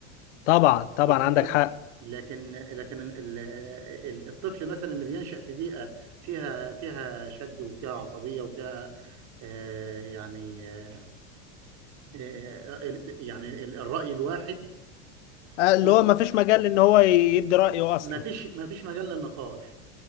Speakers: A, on the left (about 80°); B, on the right (about 50°).
A: طبعا طبعا
B: بل حضرتك
A: عندك حق
B: لكن لكن ال- ال- الطفل مثلا اللي بينشأ في بيئة فيها فيها شد وفيها عصبية وفيها آه، يعني آه، آه، ال- يعني ال- الرأي الواحد
A: آه، اللي
B: ده
A: هو ما فيش مجال ان هو يدي رأيه اصلا
B: ما فيش ما فيش مجال للنقاش